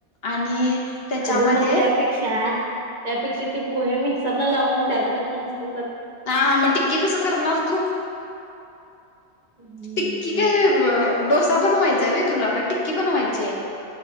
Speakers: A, on the left; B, on the right.
A: आणि त्याच्यामध्ये
B: अगं मग त्यापेक्षा, त्यापेक्षा ते पोहे मिक्सरला लावून त्यात घातलं असतं तर?
A: हां हां मग टिक्की कसं करणार तु?
B: म्हणजे
A: टिक्की काय? व डोसा बनवायचाय व तुला, का टिक्की बनवायचीय?